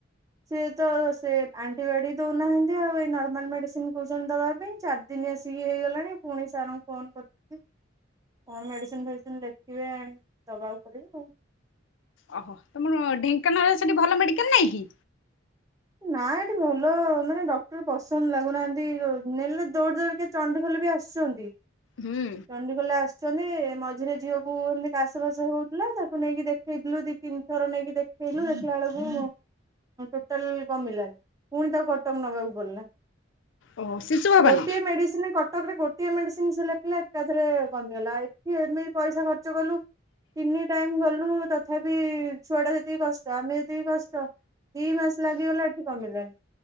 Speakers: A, on the right; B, on the left.
A: ସିଏ ତ ସେ ଆଣ୍ଟିବାୟୋଟିକ ଦଉନାହାନ୍ତି ଆଉ ଏଇ ନର୍ମାଲ ମେଡିସିନ କହୁଛନ୍ତି ଦବା ପାଇଁ ଚା ଚାରିଦିନି ଆସିକି ହେଇଗଲାଣି ପୁଣି ସାରଙ୍କୁଫୋନ କରିଥିଲି କଣ ମେଡିସିନ ଫେଡିସିନ୍ ଲେଖି ଲେଖିବେ ଆଣି ଦବାକୁ ପଡିବ ଆଉ
B: ଓହୋ ତମର ଢେଙ୍କାନାଳରେ ସେଠି ଭଲ ମେଡିକାଲ ନାହିଁ କି?
A: ନା ଏଠି ଭଲ ମାନେ ଡକ୍ଟର ପସନ୍ଦ ଲାଗୁନାହାନ୍ତି ନେଲେ ଦୌଡ଼ି ଦୌଡ଼ି କେତେ ଚଣ୍ଡଖୋଲ ବି ଆସୁଛନ୍ତି
B: ହୁଁ।
A: ଚଣ୍ଡିଖୋଲି ଆସ ଛନ୍ତି ମଝିରେ ଝିଅକୁ ଏମିତି କାଶ ଫାସ ହଉଥିଲା ତାକୁ ନେଇକି ଦେଖେଇଥିଲୁ ଦୀପ ତିନି ଥର ନେଇକି ଦେଖେଇଲୁ ଦେଖିଲା ବେଳକୁ ଟୋ ଟୋଚାଲି କମିଲାନି ପୁଣି ତାକୁ କଟକ ନବାକୁ ପଡିଲା।
B: ଓହୋ ଶିଶୁ ଭବନ
A: ଗୋଟିଏ ମେଡିସିନ କଟକରେ ଗୋ ଗୋଟିଏ ମେଡିସିନ ଲେଖିଲେ ଏକାଥରେ କମିଗଲା ଏଠି ଏମିତି ପଇସା ଖର୍ଚ୍ଚ କଲୁ ତିନି ଟାଇମ ଗଲୁ ତଥାପି ଛୁଆ ଟା ଯେତିକି କଷ୍ଟ ଆମେ ଯେତିକି କଷ୍ଟ। ଦି ମାସ ଲାଗିଗଲା ଏଠି କମିଲାନି।